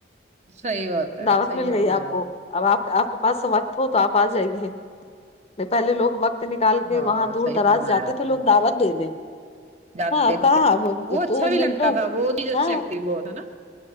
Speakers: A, on the right; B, on the left.
A: صحیح بات ہے
B: دعوت
A: صحیح
B: مل
A: فرمایا
B: گئی کو
A: آپ نے
B: اب آپ آپ کے پاس وقت ہو تو آپ آ جائیے پہلے لوگ وقت وقت نکال کے
A: ہاں
B: وہاں دور
A: صحیح
B: دراز
A: فرمایا
B: جاتے
A: آپ
B: تھے لوگ
A: نے
B: دعوت دے نے
A: جاتے
B: ہاں اب
A: تھے
B: کہاں ا
A: وہ اچھا
B: دو
A: بھی لگتا
B: منٹوں
A: تھا وہ چیز اچھی
B: ہاں
A: لگتی بہت ہے نا